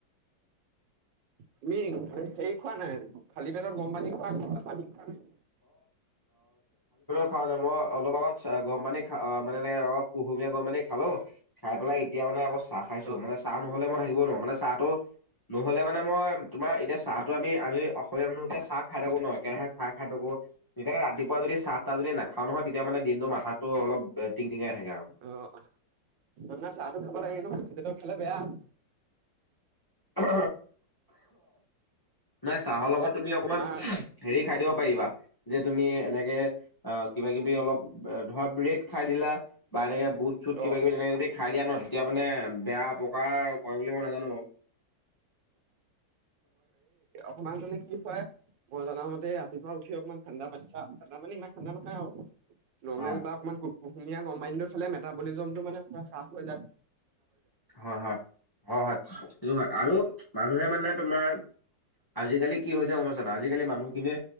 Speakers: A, on the left (about 20°); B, on the right (about 75°).
A: <unintelligible>
B: তুমি হেৰি খোৱা নাই খালী পেটৰ গৰম পানী খোৱা নাই পানী খোৱা নাই
A: খ মই অলপ আগত গৰম পানী খা মান কুহুমীয়া গৰম পানী খালো খাই পেলাই এতিয়া মানে আকৌ চাহ খাইছো
B: অ
A: মানে চাহ নহ'লে মানে থাকিব ন মানে চাহটো নহ'লে মানে মই তোমাৰ এতিয়া চাহটোো আমি আমি অসমীয়া মানুহকে চাহ খাই থাকো ন কেৰাহে চাহ খ ো সেইকাৰণে ৰাতিপুৱা যদি চাহ তাহ যদি নাখাও নহয় তেতিয়া মানে দিনটো মাথাাতটো অলপ টিংটিঙাই থাকে আৰু।
B: অ', ন নাই চাহতো খাব লাগে কিন্তু খালি পেটত খালে বেয়া।
A: অ নাই চাহৰ লগত তুমি অকণমান
B: তোমাৰ
A: হেৰি খাই দিব পাৰিবা যে তুমি এনেকে অ কিবা কিবি অলপ ধ হট ব্ৰট খাই দিলা বা এনেকে বুট চুট কিবা
B: অ
A: কিবি তেনেকে যদি খাই দিয়া ন এতিয়া মানে বেয়া অপকাৰ কৰে বুলি মই নাজানো বাৰু
B: ইাৰ মানে কি হয় মই জনাও মতে ৰাতিপুৱ উঠি অকমান ঠাণ্ডা পানী খা ঠাণ্ডা মানী ইমান ঠাডা নখায় আৰু নৰ্মেল
A: অ
B: বা অকণমান ক কুহুমীয়া কম্বাইনটো খালে মেটাবলিজমটো মানে চাহ হৈ যাক
A: হয় হয় হয় হয় সেইটো আৰু মানুহে মানে তোমাৰ আজিকালি কি হৈছে গমছানা আজিকালি মানুহখিনিয়ে